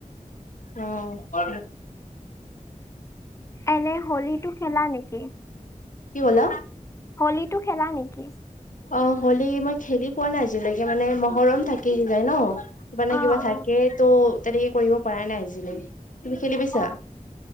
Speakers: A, on the left (about 70°); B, on the left (about 20°).
A: অ।
B: এনে হলী টো খেলা নেকি।
A: কি ক'লা।
B: হলীটো খেলা নেকি।
A: অ হলি মই খেলি পোৱা নাই আজিলৈকে মানে মহৰম থাকি যায় ন। মানে
B: অ
A: কিবা
B: অ
A: থাকে তো' তেনেকে কৰিব পৰা নাই আজিলৈ। তুমি খেলি পাইছা
B: অ